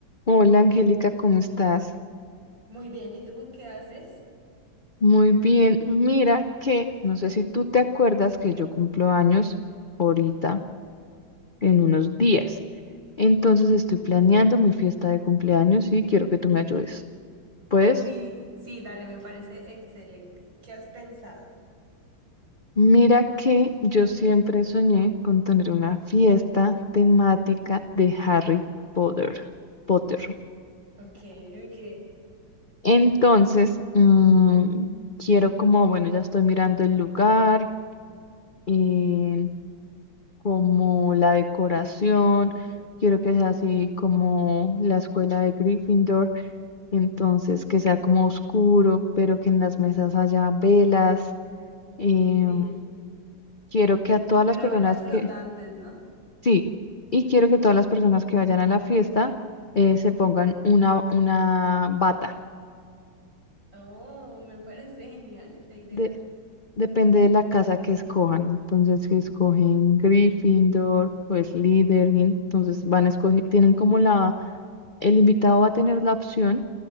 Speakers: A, on the left; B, on the right.
A: Hola Angélica, ¿cómo estás?
B: Muy bien, ¿y tú qué haces?
A: Muy bien. Mira que, no sé si tú te acuerdas que yo cumplo años ahorita, en unos días. Entonces estoy planeando mi fiesta de cumpleaños y quiero que tú me ayudes. Pues,
B: Uy, sí, dale, me parece excelente. ¿Qué has pensado?
A: mira que yo siempre soñé con tener una fiesta temática de Harry Potter. Potter.
B: Ok, ok.
A: Entonces, mm, quiero como, bueno, ya estoy mirando el lugar. eh, como la decoración, quiero
B: Ujú.
A: que sea así como la escuela de Gryffindor, entonces que sea como oscuro, pero que en las mesas haya velas. em,
B: Sí.
A: quiero que a todas
B: Pero
A: las personas
B: velas
A: que,
B: flotantes, ¿no?
A: sí, y quiero que todas las personas que vayan a la fiesta eh, se pongan una, una bata.
B: Oh, me parece genial esa idea.
A: De- depende de la casa que escojan. Entonces, si escogen Gryffindor o Slytherin, entonces van a escoger, tienen como la El invitado va a tener la opción